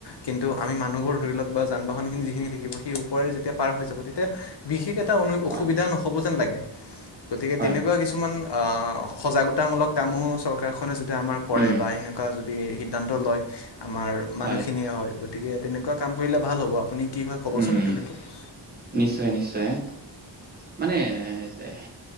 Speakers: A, on the left; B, on the right.
A: কিন্তু আমি মানুহবোৰ ধৰি লক বা যান- বাহনখিনি যিখিনি থাকিব। সেই ওপৰেৰে যেতিয়া পাৰ হৈ যাব। তেতিয়া- বিশেষ এট- টা
B: হয়,
A: অসুবিধা নহ'ব যেন লাগে। গতিকে
B: হয়,
A: তেনেকুৱা কিছুমান অঁ সজাগতামূলক- কামসমূহ চৰকাৰখনে যাতে আমাৰ কৰে
B: উম,
A: বা এনেকুৱা যদি সিদ্ধান্ত লয়- আমাৰ মানুহখিনিয়ে
B: হয়,
A: হয়। গতিকে তেনেকুৱা কাম কৰিলে ভাল হ'ব, আপুনি কি হয় ক'বচোন
B: উম,
A: এইটো ক্ষেত্ৰত।
B: নিশ্চয় নিশ্চয়। মানে তেহ-